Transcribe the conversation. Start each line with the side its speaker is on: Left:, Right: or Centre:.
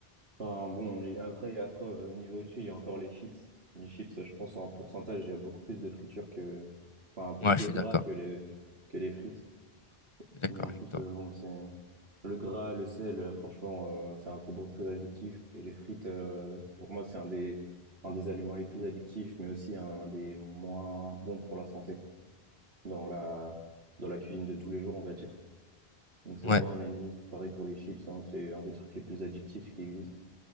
Right: Enfin, bon, les... après, après, au niveau dessus, il y a encore les chips. Les chips, euh, je pense, en pourcentage, il y a beaucoup plus de friture que... Enfin, plus
Left: ouais,
Right: de
Left: je suis
Right: gras
Left: d'accord.
Right: que les, que les frites.
Left: Je suis d'accord
Right: Et en
Left: avec
Right: plus,
Left: toi.
Right: euh, bon, c'est... Le gras, le sel, euh, franchement, euh, c'est un combo très addictif. Et les frites, euh, pour moi, c'est un des, un des aliments les plus addictifs, mais aussi un des moins bons pour la santé dans la, dans la cuisine de tous les jours, on va dire. Donc, c'est
Left: Ouais,
Right: vraiment un ennemi. Pareil pour les chips, hein, c'est un des trucs les plus addictifs qui existent.